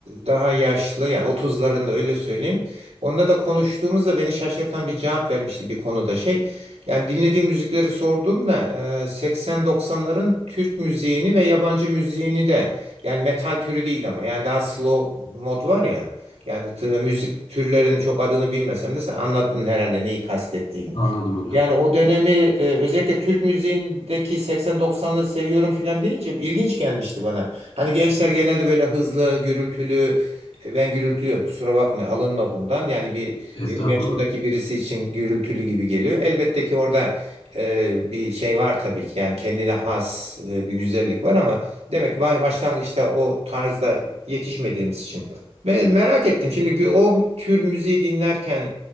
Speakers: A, on the right (about 80°); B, on the left (about 80°).
A: daha yaşlı yani otuzlarında öyle söyleyeyim. Onda da konuştuğumuzda beni şaşırtan bir cevap vermişti bir konuda şey. Yani dinlediği müzikleri sorduğumda e, 80-90'ların Türk müziğini ve yabancı müziğini de yani metal türü değil ama yani daha slow mod var ya. Yani t- müzik türlerinin çok adını bilmesem de sen anlattın herhalde neyi kastettiğini.
B: Anladım hocam.
A: Yani o dönemi e, özellikle Türk müziğindeki 80-90'ları seviyorum filan deyince ilginç gelmişti bana. Hani gençler genelde böyle hızlı, gürültülü, e, ben gürültülüyorum kusura bakma alınma bundan. Yani bir
B: Estağfurullah.
A: benim yaşımdaki birisi için gürültülü gibi geliyor. Elbette ki orada e, bir şey var tabii ki yani kendine has e, bir güzellik var ama demek ki ba- başlangıçta o tarzda yetişmediğimiz için. Ben merak ettim şimdi gü- o tür müziği dinlerken